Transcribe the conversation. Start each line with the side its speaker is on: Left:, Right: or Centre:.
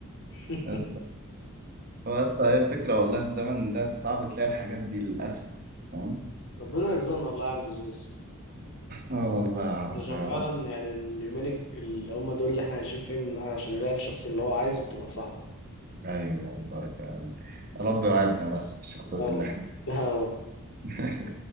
Left: <laughs>
Right: بس هو بس هي الفكره والله في الزمن ده صعب تلاقي الحاجات دي للاسف فاهم
Left: ربنا يرزقنا والله يا عم الزوز
Right: اه والله اعرف
Left: عشان
Right: يا
Left: فعلا
Right: رب
Left: يعني اليومين الج- اللي هم دول اللي احنا عايشين فيهم الواحد عشان يلاقي الشخص اللي هو عايزه بتبقى صعبة
Right: ايوه والله فعلا رب يوعدنا بس بالشخصيات
Left: يا رب
Right: اللي احنا
Left: يا رب
Right: <laughs>